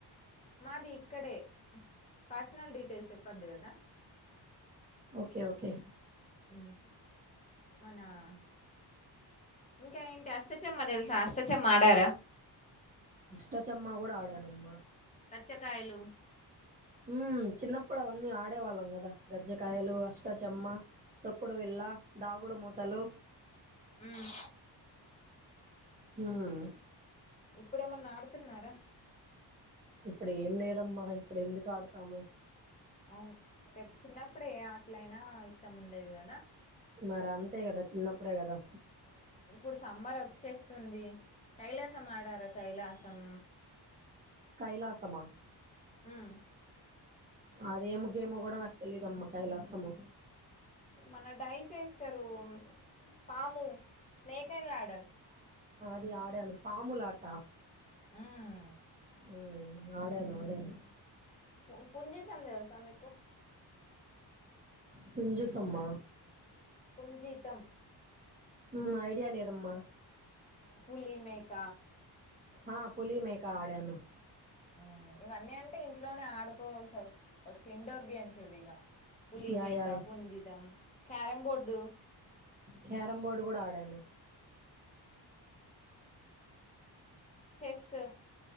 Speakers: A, on the left; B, on the right.
A: మాది ఇక్కడే పర్సనల్ డీటెయిల్స్ చెప్పద్దు కదా
B: ఓకే ఓకే
A: మ్మ్. మన ఇంకా ఏంటి అష్టచమా తెలుసా అష్టచమ ఆడారా
B: అష్టాచ్చమ్మా కూడా ఆడాల అమ్మా
A: పచ్చకాయలు
B: హ్మ్ చిన్నప్పుడు అవన్నీ ఆడేవాళ్ళం కదా గజ్జకాయలు అష్టా చెమ్మ తొక్కుడు విల్ళ దాగుడు మూతలు
A: హ్మ్
B: హ్మ్
A: ఇప్పుడేమన్నా ఆడుతున్నారా
B: ఇప్పుడు ఏం లేదమ్మా ఇప్పుడు ఎందుకు ఆడుతాము.
A: అవును పెద్ చిన్నప్పుడే ఏ ఆటలైనా ఇష్టం ఉండేది కదా
B: మరి అంతేగదా చిన్నప్పుడే గదా
A: ఇప్పుడు సమ్మర్ వచ్చేస్తుంది కైలాసం ఆడారా కైలాసం
B: కైలాసమా
A: ఉమ్
B: అదేమ్ గేము కూడా నాకు తెలియదమ్మ కైలాసము
A: మన డైస్ వేస్తారు పాము స్నేక్ అండ్ ల్యాడర్
B: ది ఆడాను పాములాటా
A: ఉమ్
B: మ్మ్ ఆడాను ఆడాను
A: పున్ పుంజితం తెలుసా మీకు
B: కుంజి సమ్మా
A: పుంజీతం
B: మ్మ్ ఐడియా లేదమ్మా
A: పులి మేక
B: ఆ పులి మేకా ఆడాను
A: మ్మ్ ఇవన్నీ అంటే ఇంట్లోనే ఆడుకోవాల్సి వస్ వచ్చి ఇండోర్ గేమ్స్ ఇవిగా పులి
B: యా
A: మేక
B: యా యా.
A: పుంజితం క్యారమ్ బోర్డు
B: క్యారమ్ బోర్డు కూడా ఆడాను
A: చెస్స్